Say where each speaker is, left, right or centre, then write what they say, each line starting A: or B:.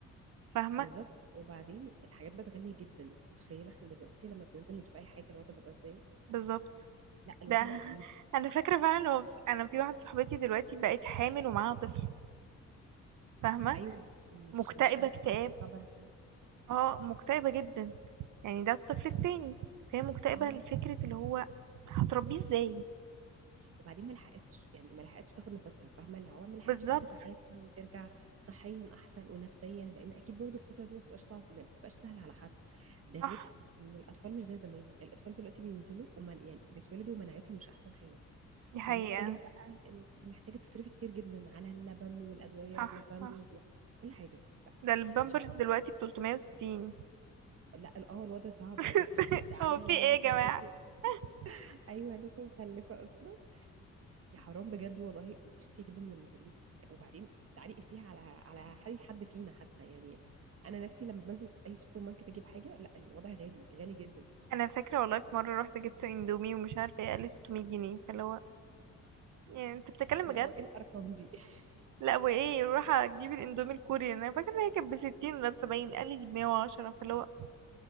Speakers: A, on the right; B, on the right.
A: فاهمة
B: بالظبط وبعدين الحاجات بقت غاليه جدا انت متخيله احنا دلوقتي لما بننزل نجيب اي حاجه الوضع بيبقى ازاي
A: بالظبط
B: لا الوضع
A: ده
B: بقى
A: <laughs>
B: جديد
A: انا فاكرة فعلا هو انا في واحدة صاحبتي دلوقتي بقت حامل ومعاها طفل فاهمة
B: ايوه مش
A: مكتئبة
B: مش قادره
A: اكتئاب
B: افهم الطبع ده
A: اه مكتئبة جدا يعني ده الطفل التاني فهي مكتئبة
B: اه
A: لفكرة اللي هو هتربيه ازاي
B: وبعدين ما لحقتش يعني ما لحقتش تاخد نفسها فاهمه اللي هو ما لحقتش
A: بالظبط
B: بقى تتعافى وترجع صحيا احسن ونفسيا لان اكيد برضو الفتره دي ما بتبقاش صعب ما بتبقاش سهله على حد ده
A: صح
B: غير ان الاطفال مش زي زمان الاطفال دلوقتي بينزلوا ومن يعني بيتولدوا ومناعتهم مش احسن حاجه
A: دي
B: فمحتاجه
A: حقيقة
B: بقى انت محتاجه تصرفي كتير جدا على اللبن والادويه
A: صح
B: والبامبرز
A: صح
B: وكل حاجه ف-
A: ده البامبرز
B: مش عارفه
A: دلوقتي بتلتمية وستين
B: لا اه الوضع صعب
A: <laughs>
B: يعني صاحبتي عندي
A: هو في
B: واحده
A: ايه يا جماعة
B: صاحبتي
A: <laughs>
B: <laughs> ايوه لسه مخلفه اصلا يا حرام بجد والله بتشتكي جدا من المصاريف وبعدين تعالي قسيها على على حد حد فينا حتى يعني انا نفسي لما بنزل اي سوبر ماركت اجيب حاجه لا الوضع غالي غالي جدا
A: انا فاكرة والله في مرة رحت جبت اندومي ومش عارفة ايه قال 600 جنيه فاللي هو يعني انت بتتكلم
B: اللي
A: بجد
B: هو ايه الارقام دي <laughs>
A: لا وايه روح اجيب الاندومي الكوري انا فاكرة ان هي كانت بستين ولا بسبعين قال لي بمية وعشرة فاللي هو